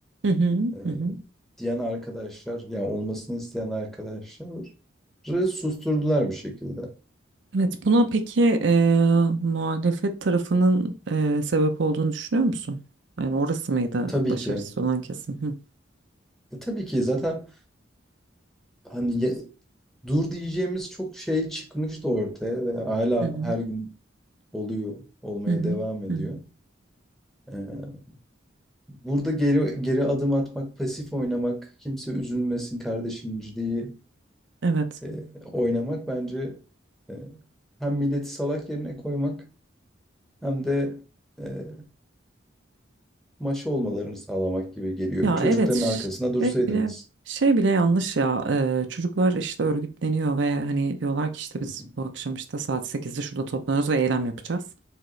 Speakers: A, on the right; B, in the centre.
A: Hı hı,
B: e,
A: hı hı.
B: diyen arkadaşlar yani olmasını isteyen arkadaşları susturdular bir şekilde.
A: Evet, buna peki e, muhalefet tarafının e, sebep olduğunu düşünüyor musun? Yani orası mıydı
B: Tabii
A: başarısız
B: ki.
A: olan kesim? Hı.
B: E, tabii ki zaten hani ye- dur diyeceğimiz çok şey çıkmıştı ortaya ve hala
A: Hı hı,
B: her gün oluyor, olmaya
A: hı hı,
B: devam ediyor.
A: hı hı.
B: Ee, Burada geri geri adım atmak, pasif oynamak, kimse üzülmesin kardeşimciliği
A: Evet.
B: e, oynamak bence e, hem milleti salak yerine koymak hem de e, maşa olmalarını sağlamak gibi geliyor.
A: Ya
B: Çocukların
A: evet şey
B: arkasında dursaydınız.
A: bile şey bile yanlış ya. Ee, çocuklar işte örgütleniyor ve hani diyorlar ki işte biz
B: Hı hı,
A: bu akşam işte saat 8'de şurada toplanıyoruz ve eylem yapacağız.